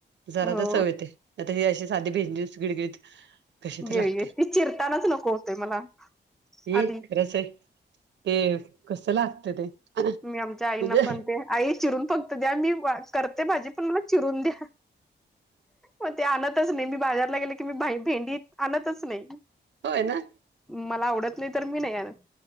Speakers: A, on the right; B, in the centre.
A: जरा
B: हो
A: तर चव येते नाहीतर हे अशी साधी भेंडी गिळगिळीत कशीतर
B: गिळगी
A: लागते,
B: ती चिरतानाच नको होतय मला
A: हे
B: आधी
A: खरंच आहे. ते कसं लागतं ते, म्हणजे
B: मी आमच्या आईना पण ते आई चिरून फक्त द्या, मी करते भाजी पण मला चिरून द्या. मग ते आणतच नाही मी बाजारला गेले की मी भा भेंडी आणतंच नाही.
A: होय ना.
B: मला आवडत नाही तर मी नाही आणत.